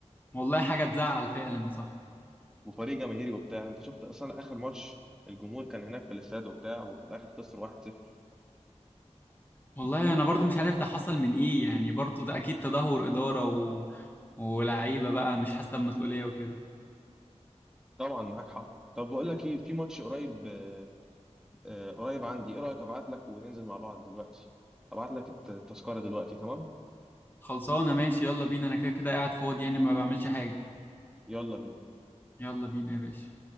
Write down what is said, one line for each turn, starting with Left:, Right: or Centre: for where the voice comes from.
Left: والله حاجه تزعل فعلا صح
Centre: وفريق جماهيري وبتاع انت شفت اصلا اخر ماتش الجمهور كان هناك في الاستاد وبتاع وفي الاخر خسر 1-0
Left: والله انا برضو مش عارف ده حصل من ايه يعني برضو ده اكيد تدهور اداره و... ولاعيبه بقى مش حاسه بمسؤوليه وكده
Centre: طبعا معاك حق طب بقول لك ايه في ماتش قريب آه، آه، قريب عندي ايه رايك ابعت لك وننزل مع بعض دلوقتي ابعت لك الت- التذكره دلوقتي تمام
Left: خلصانه ماشي يلا بينا انا كده كده قاعد فاضي يعني ما بعملش حاجه
Centre: يلا بينا
Left: يلا بينا يا باشا